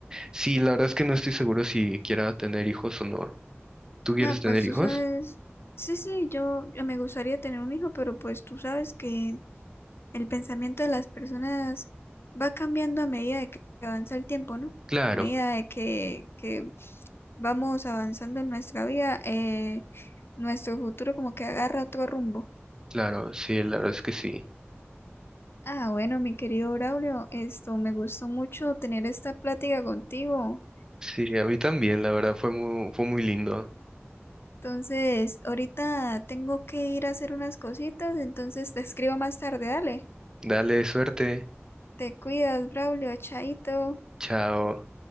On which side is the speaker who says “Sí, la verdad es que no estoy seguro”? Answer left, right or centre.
Right